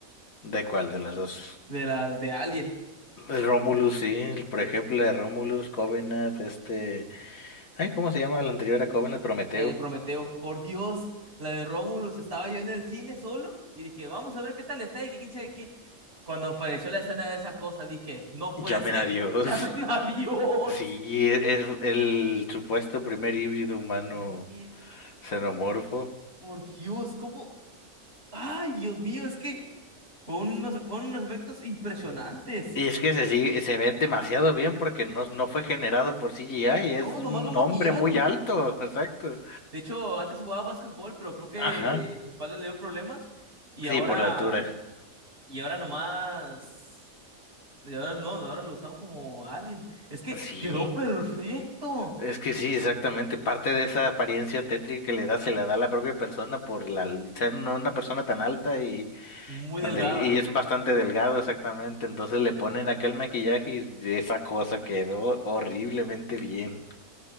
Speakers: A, on the left; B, on the right.
A: ¿De cuál de los dos?
B: De las de Alien,
A: Romulus, sí, por ejemplo, la de Romulus, Covenant, este. Ay, ¿cómo se llama la anterior a Covenant? Prometeo.
B: eh, Prometeo. Por Dios, la de Romulus. Estaba yo en el cine solo y dije, vamos a ver qué tal está y que quién sabe qué. Cuando apareció la escena de esa cosa, dije, no puede
A: Llamen
B: ser.
A: a Dios.
B: <laughs> Llamen a
A: <laughs>
B: Dios.
A: Sí, es es el supuesto primer híbrido humano
B: Sí,
A: xenomorfo.
B: por Dios, ¿cómo? Ay, Dios mío, es que fueron unos, fueron unos efectos impresionantes.
A: Y es que se sigue, se ve demasiado bien porque no, no fue generado por CGI, es
B: No, nomás
A: un
B: lo maquillaron.
A: hombre muy alto, <laughs> exacto.
B: De hecho, antes jugaba básquetbol, pero creo que
A: Ajá.
B: eh, su espalda le dio problemas y
A: Sí,
B: ahora,
A: por la altura.
B: y ahora nomás, y ahora no, ahora lo usaron como alien. Es que
A: Sí.
B: quedó perfecto,
A: Es que sí, exactamente. Parte de esa apariencia tétrica que le da, se la da a la propia persona por la, ser una una persona tan alta y,
B: muy
A: tan
B: delgada.
A: del- y es bastante delgado, exactamente. Entonces le ponen aquel maquillaje y esa cosa quedó horriblemente bien.